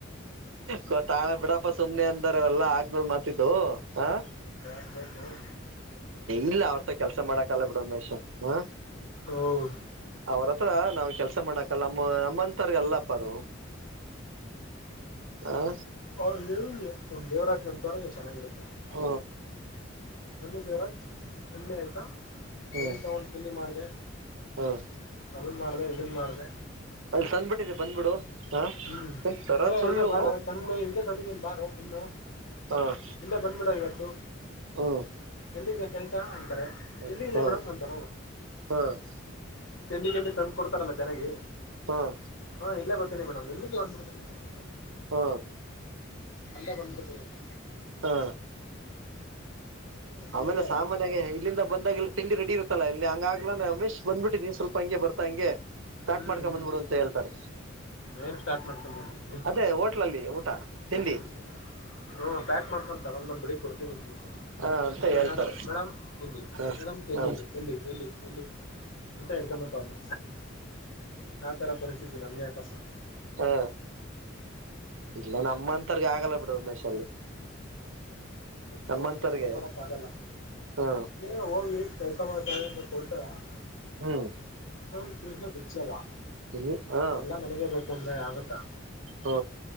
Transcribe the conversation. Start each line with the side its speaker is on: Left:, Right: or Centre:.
Right: ಗೊತ್ತಾಗಲ್ಲ ಬಿಡಪ್ಪ ಸುಮ್ನೆ ಅಂದಾರ ಎಲ್ಲಾ ಆಗ್ ಮಾತಿದ್ದು ಹ
Left: ಬಂಗತಬೇಕ ತ
Right: ಇಲ್ಲ ಅವ್ರತ್ರ ಕೆಲ್ಸ ಮಾಡಕಲ್ಲ ಬಿಡ ಒಂದ್ ವಷ ಹಾ
Left: ಓ
Right: ಅವ್ರತ್ರ ನಾವ್ ಕೆಲ್ಸ ಮಾಡಕಲ್ಲ ನಮ್ಮ ನಮ್ಮಂತರ್ಗಲ್ಲಪ್ಪ ಅದು ಹಾ
Left: ಹಗೆ ಒಮ್ ದೇವರಾತ್ ನಂತವರಗೆ ಚೆನ್ನಾಗಿರುತ್ತೆ
Right: ಹ
Left: ಬನ್ನ ದೇವರಾಜ್ ಚ್ಣಿ ಆಯ್ತಾ
Right: ಹ್ಮ್
Left: ಏನ್ ತಗೊಂಡ್ ಹಂಡಿ ಮಾಡಿದೆ
Right: ಹ್ಮ್
Left: ಅದನ್ ಮಾಡಿದೆ ಇದನ್ ಮಾಡಿದೆ
Right: ಅಲ್ಲಿ ತಂದ್ಬಿಟ್ಟಿದೆ ಬಂದ್ಬಿಡು ಹ
Left: ಹ್ಮ್
Right: ಒಂತರ
Left: ಇಲ್ಲೇ
Right: ಸುಳ್ಳು
Left: ಇಲ್ಲೇ ಬಾರ ತಂದ ಇಲ್ಲೇ ತಂದಿದ್ದೀನ್ರರೀ ಬಾರು ತಿನ್ನ
Right: ಹ ಹ್ಮ್
Left: ಇಲ್ಲೇ ಬಂದ್ಬಿಡ ಇವತ್ತು
Right: ಹ್ಮ್
Left: ಎಲ್ಲಿದೆ ಕೆೇಲ್ಸ ಅಂತಾರೆ
Right: ಹ್ಮ್
Left: ಎಲ್ಲಿ ಇಲ್ಲ ಮೇಡಮ್ ನಂತಡ
Right: ಹ್ಮ್ ಹ್ಮ್
Left: ತಿಂಡಿ ಗಂಡಿ ತ ಕೊಡ್ತಾರಲ್ಲ ಚೆನ್ನಾಗಿ
Right: ಹ್ಮ್
Left: ಹಾ ಇಲ್ಲೇ ಬರ್ತೀನಿ ಮೇಡ್ ಇಲ್ಲಿಗೆ ಬಂದ್ಬಿಡ್ತೇನೆ ಮೇಡ್ಂತ
Right: ಹ್ಮ
Left: ಅಲ್ಲೇ ಬಂದ್ಬಿಡ್ತದೆಂತ
Right: ಹಾ
Left: ಏನ್ ಸಮಾಚಾರ
Right: ಆಮೇಲೆ ಸಾಮಾನ್ಯಾಗ ಇಲ್ಲಿಂದ ಬಂದಾಗಲ್ಲಿ ತಿಂಡಿ ರೆಡಿ ಇರುತ್ತಲ್ಲಾ ಅಲ್ಲಿ ಹಂಗಾಗ್ಲ ರಮೇಶ್ ಬಂದ್ಬಿಟ್ಟಿದ್ದ ನೀನ್ ಸ್ವಲ್ಪ ಹಂಗೆ ಬತಾಂಗೆ ಪ್ಯಾಕ್
Left: ಹ್ಮ್
Right: ಮಾಡ್ಕೊ
Left: ಹ್ಮ್
Right: ಬಂದ್ಬಿಡು ಅಂತ ಹೇಳ್ತಾರೆ
Left: ಏನ್ ಸ್ಟಾರ್ಟ್ ಮಾಡ್ಕೊಂಡ್ ಬಂದಿವಿ
Right: ಅದೇ ಹೋಟ್ಲಲ್ಲಿ ಊಟ ತಿಂಡಿ
Left: ಹ್ಮ್ ಹ ಪ್ಯಾಕ್ ಮಾಡ್ಕೊಂಡ್ ತಗೊಂಡ್ ಬಂದ್ಬಿಡಿ ಕೊಡ್ತೀನಿ ನೀ
Right: ಹ ಅಂತ
Left: ಆಮೇಲೆ
Right: ಹೇಳ್ತಾರೆ
Left: ನಾನು ಮೇಡಮ್ ತಿಂಡಿ
Right: ಹ
Left: ಮೇಡಮ್ ತಿಂಡಿ
Right: ಹ
Left: ಇದೆ ಎಲ್ಲಿ ಎಲ್ಲಿ ಎಲ್ಲಿ ಅಂತ ಇಡ್ಕಬೇಕು ಅವ್ರ್ನ ಆ ತರ ಪರಿಸ್ಥಿತಿ ನಮ್ಗೆ ಯಾಕಪ್ಪ
Right: ಹಾ ಇಲ್ಲ ನಮ್ಮಂತರ್ಗ ಆಗಲ್ಲ ಬಿಡ ಉಮೇಶ ಅಲ್ಲಿ ನಮ್ಮಂತರ್ಗೆ
Left: ಇವರ್ತಾವ ಕೆಲಸ ಮಾಡಕ್ ಆಗಲ್ಲ
Right: ಹ
Left: ನೀ ಹೋಗ್ರರಿ ಅಂತ ಕೊಡ್ತದಾ <unintelligible>
Right: ಹ್ಮ್
Left: ಹ ಪಿಚ್ಚ ಅಲ್ಲ
Right: ಇಲ್ಲಿ ಹ
Left: ಎಲ್ಲ ನನಗೆ ಬೇಕು ಅಂದ್ರೆ ಆಗತ್ತಾ
Right: ಹ